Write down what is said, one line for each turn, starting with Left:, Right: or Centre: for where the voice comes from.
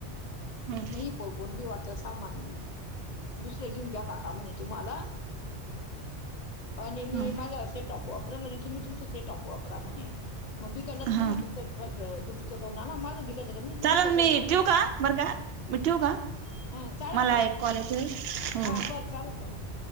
Right: हा
Left: <unintelligible> बोंडी वरच सामान दुसरं घेऊन घ्या काका म्हणे तुम्हाला? आणि मी
Right: हा
Left: मा म्हणे सेटॉप वापरा म्हणे तुम्ही तुमची सेटअप वापरा म्हणे, म बिघडलं की
Right: हा
Left: तुम्ही तुमचं खर्च दुरुस्त करून आण माझं बिघाडल मी
Right: चालेल
Left: दुरुस्त
Right: मी
Left: करून आणण
Right: ठेवू
Left: बॉ
Right: का बरं का मी ठेवू का
Left: हा चालल
Right: मला
Left: चालल
Right: एक कॉल येतोय हो
Left: हा
Right: हो
Left: बरं चालल चालल